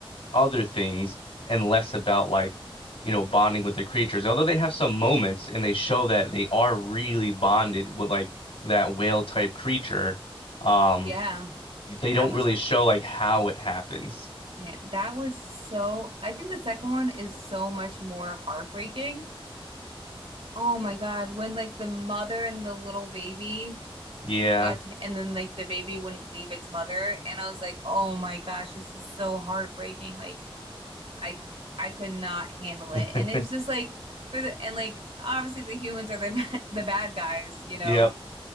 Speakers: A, on the left; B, on the right.
A: other things and less about like you know bonding with the creatures although they have some moments and they show that they are really bonded with like that whale type creature um
B: Yeah.
A: they
B: That
A: don't
B: was,
A: really show like how it happens.
B: yeah, that was so, I think the second one is so much more heartbreaking. Oh my God, when like the mother and the little baby
A: Yeah.
B: got and then like the baby wouldn't leave its mother and I was like, "Oh my gosh, this is so heartbreaking." Like I c- I could not handle
A: <laughs>
B: it. And it was just like for the and like obviously the humans are the <laughs> ba- the bad guys, you know,
A: Yep.